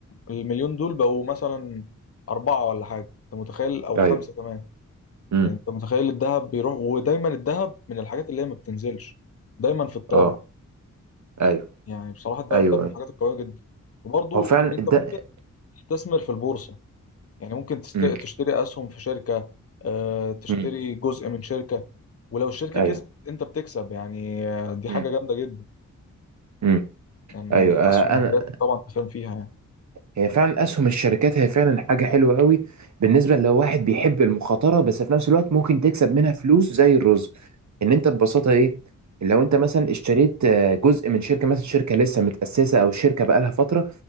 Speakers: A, on the left; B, on the right.
A: المليون دول بقوا مثلا أربعة ولا حاجة انت متخيل أو
B: ايوه
A: خمسة كمان
B: مم.
A: يعني انت متخيل الذهب بيروح ودايما الذهب من الحاجات اللي هي ما بتنزلش دايما في الطالع
B: اه ايوه
A: يعني بصراحة الدهب
B: ايوه
A: ده من
B: ايوه
A: الحاجات القوية جدا وبرضو
B: هو فعلا
A: إن أنت
B: ده
A: ممكن تستثمر في البورصة يعني ممكن تست-
B: مم.
A: تشتري أسهم في شركة آه، تشتري
B: مم.
A: جزء من شركة ولو الشركة
B: ايوه
A: كسبت أنت بتكسب يعني آه، دي
B: مم.
A: حاجة جامدة جدا
B: مم.
A: يعني
B: ايوه
A: الأسهم
B: آه،
A: والحاجات
B: انا
A: دي طبعا أنت فاهم فيها يعني
B: هي فعلا اسهم الشركات هي فعلا حاجه حلوه قوي بالنسبه لو واحد بيحب المخاطره بس في نفس الوقت ممكن تكسب منها فلوس زي الرز ان انت ببساطه ايه لو انت مثلا اشتريت آه، جزء من شركه مثلا شركه لسه متاسسه او شركه بقالها فتره